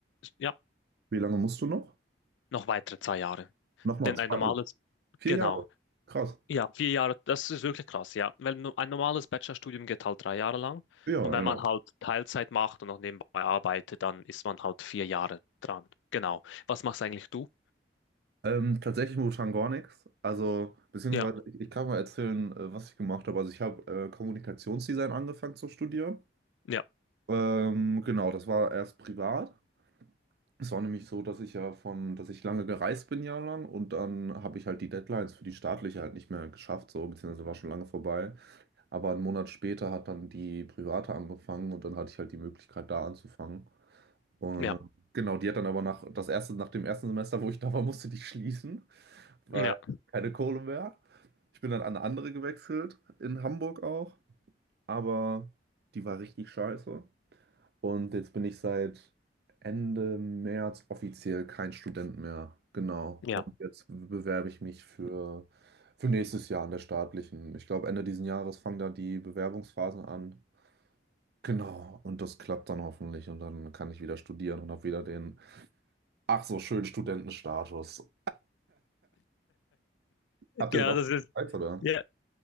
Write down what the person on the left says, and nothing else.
ja,
noch weitere zwei Jahre.
Denn
ein normales,
genau,
ja, vier Jahre, das ist wirklich krass, ja. Weil no- ein normales Bachelorstudium geht halt drei Jahre lang.
Und wenn
man halt Teilzeit macht und noch nebenbei arbeitet, dann ist man halt vier Jahre dran. Genau. Was machst eigentlich du?
Ja,
ja,
ja,
ja,
ja.
Ja,
das ist,
ja.